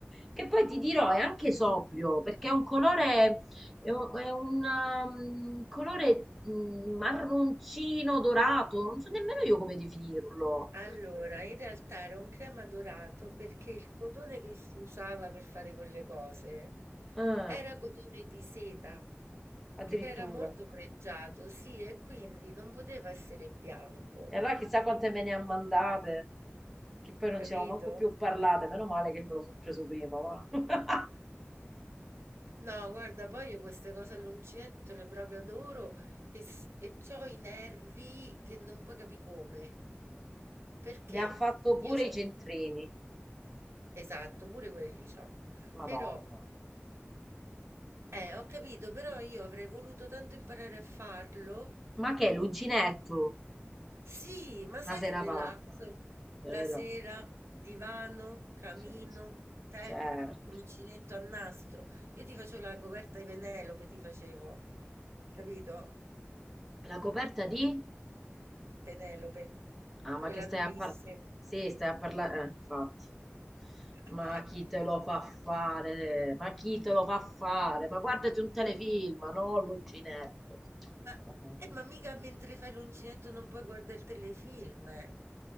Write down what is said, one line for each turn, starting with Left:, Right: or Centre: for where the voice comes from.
Centre: Che poi ti dirò, è anche sobrio, perché è un colore, è un, è un, um, colore mm, marroncino dorato, non so nemmeno io come definirlo.
Right: Allora, in realtà era un crema dorato perché il cotone che si usava per fare quelle cose
Centre: Ah,
Right: era cotone di seta,
Centre: addirittura.
Right: che era molto pregiato, sì, e quindi
Centre: Mm.
Right: non poteva essere bianco,
Centre: E allora chissà quante me ne ha mandate, che poi non
Right: capito?
Centre: ci siamo manco più parlate, meno male che me lo sono preso prima, va. <laughs>
Right: No, guarda, poi io queste cose all'uncinetto le proprio adoro e, s- e c'ho i nervi che non puoi capire come. Perché
Centre: Mi ha fatto
Right: io
Centre: pure
Right: c'ho...
Centre: i centrini.
Right: Esatto, pure quelli c'ho.
Centre: Madonna.
Right: Però, eh, ho capito, però io avrei voluto tanto imparare a farlo
Centre: Ma che è l'uncinetto?
Right: Sì, ma sai
Centre: Ma sei
Right: che
Centre: una
Right: relax?
Centre: pazza. Lorella.
Right: La sera, divano, camino,
Centre: Sì, sì.
Right: tè,
Centre: certo.
Right: uncinetto a nastro. Io ti facevo la coperta di Penelope, ti facevo. Capito?
Centre: La coperta di?
Right: Penelope,
Centre: Ah, ma
Right: quella
Centre: che stai
Right: d'Ulisse.
Centre: a parlare? Sì, stai a parlare. Eh, infatti.
Right: <laughs>
Centre: Ma chi te lo fa fare? Ma chi te lo fa fare? Ma guardati un telefilm, no? L'uncinetto.
Right: Ma
Centre: Ah, no.
Right: eh, ma mica mentre fai l'uncinetto non puoi guarda il telefilm, eh.